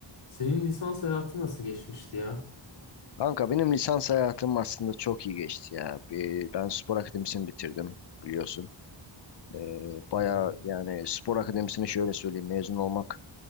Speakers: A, on the left; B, on the left.
A: Senin lisans hayatı nasıl geçmişti ya?
B: Kanka benim lisans hayatım aslında çok iyi geçti ya. Bir- Ben spor akademisini bitirdim biliyorsun. Ee, bayağı
A: Güzel.
B: yani spor akademisini şöyle söyleyeyim mezun olmak